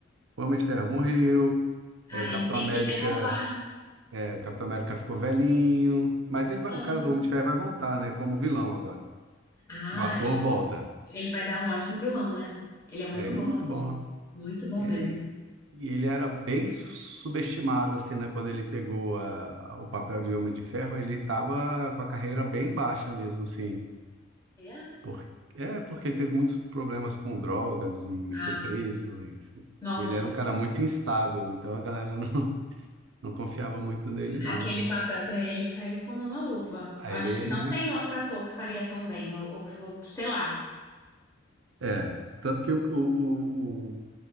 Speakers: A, on the right (about 65°); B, on the left (about 15°).
A: O Homem de Ferro morreu,
B: Aí
A: é, o Capitão
B: tem
A: América,
B: que renovar.
A: é, o Capitão América ficou velhinho, mas ele vai-
B: Ah,
A: o cara do Homem de Ferro vai voltar, né, como vilão agora.
B: Ah,
A: O ator
B: ele
A: volta.
B: Ele vai dar um ótimo vilão, né? Ele é muito
A: É, ele
B: bom
A: é muito
B: ator.
A: bom,
B: Muito bom
A: E
B: mesmo.
A: aí, e ele era bem subestimado, assim, né? Quando ele pegou a- a- o papel de Homem de Ferro, ele estava com a carreira bem baixa mesmo, assim.
B: É?
A: Por, é, porque ele teve muitos problemas com drogas e
B: Ah,
A: foi preso, enfim.
B: nossa.
A: Ele era um cara muito instável, então a galera não, <laughs> não confiava muito nele,
B: Aquele
A: não.
B: papel pra ele caiu como uma luva.
A: Aí
B: Acho
A: ele, ele...
B: que não tem outro ator que faria tão bem, ou, ou- ou sei lá.
A: É, tanto que o, o, o, o